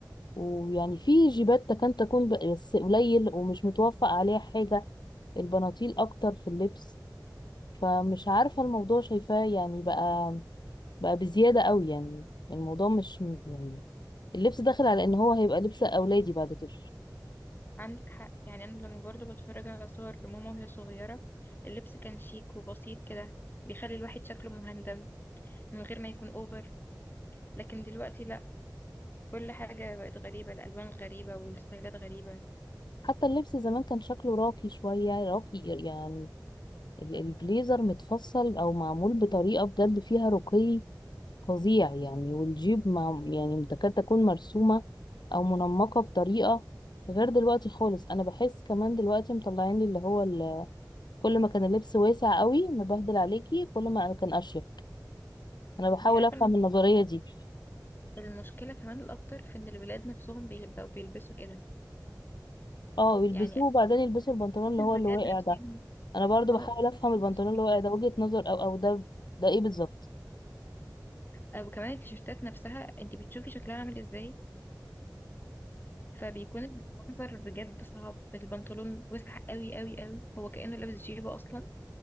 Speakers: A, on the left (about 80°); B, on the left (about 30°).
A: ويعني في جيبات كان تكون ب- بس قليل ومش متوفق عليها حاجة البناطيل اكتر في اللبس فمش عارفة الموضوع شايفاه يعني بقى بقى بزيادة قوي يعني الموضوع مش م- يعني اللبس داخل على ان هو هيبقى لبس اولادي بعد كده
B: عندك حق يعني انا لما برضو بتفرج على صور ماما وهي صغيرة اللبس كان شيك وبسيط كده بيخلي الواحد شكله مهندم من غير ما يكون اوفر لكن دلوقتي لا كل حاجة بقت غريبة الالوان غريبة والستايلات غريبة
A: حتى اللبس زمان كان شكله راقي شوية راقي يعني ال- البليزر متفصل او معمول بطريقه بجد فيها رقي فظيع يعني والجيب مع يعني تكاد تكون مرسومه او منمقه بطريقه غير دلوقتي خالص انا بحس كمان دلوقتي مطلعين لي اللي هو ال- كل ما كان اللبس واسع قوي مبهدل عليكي كل ما كان اشيك انا بحاول
B: انت عارفة
A: افهم
B: الم-
A: النظريه دي
B: المشكلة كمان الاكتر في ان الولاد نفسهم بيبقوا بيلبسوا كده
A: اه يلبسوه
B: يعني
A: وبعدين يلبسوا
B: بشوف
A: البنطلون اللي
B: الولاد
A: هو اللي واقع
B: لابسين
A: ده انا برضو
B: اه
A: بحاول افهم البنطلون
B: وحش جدا
A: اللي واقع ده وجهة نظر او او ده ده ايه بالظبط
B: آه، وكمان التيشيرتات نفسها انت بتشوفي شكلها عامل ازاي فبيكون المنظر بجد صعب البنطلون وسع قوي قوي قوي هو كأنه لابس جيبه أصلا